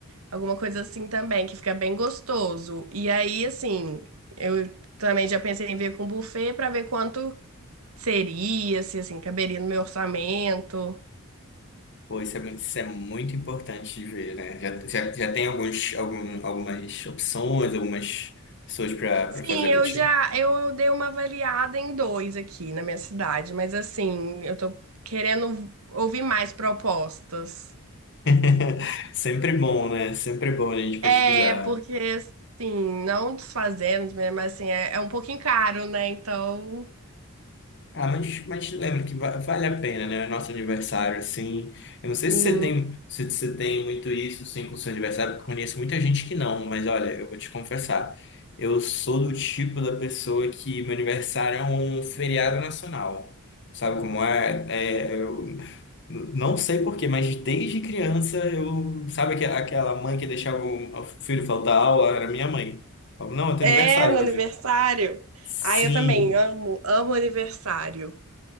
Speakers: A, on the right; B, on the left.
A: alguma coisa assim também, que fica bem gostoso. E aí, assim, eu também já pensei em ver com buffet pra ver quanto seria, se, assim, caberia no meu orçamento.
B: pô, isso é muito, isso é muito importante de ver, né? Já, já, já tem alguns, algum, algumas opções, algumas pessoas para
A: Sim,
B: fazer
A: eu
B: para ti.
A: já eu dei uma avaliada em dois aqui na minha cidade, mas assim, eu tô querendo ouvir mais propostas.
B: <laughs> Sempre bom, né? Sempre bom a gente pesquisar.
A: É, porque assim, não desfazendo, né, mas assim, é, é um pouquinho caro, né? Então,
B: Ah, mas, mas lembra que va- vale a pena, né? Nosso aniversário, assim. Eu não sei
A: sim.
B: se você tem, se você tem muito isso, sim, com o seu aniversário, porque eu conheço muita gente que não, mas olha, eu vou te confessar. Eu sou do tipo da pessoa que meu aniversário é um feriado nacional. Sabe como é? É, eu n- não sei por quê, mas desde criança eu. Sabe aque- aquela mãe que deixava o o filho faltar aula? Era minha mãe. Falava, Não, é teu
A: É,
B: aniversário
A: no
B: hoje.
A: aniversário.
B: Sim.
A: Ah, eu também amo, amo aniversário.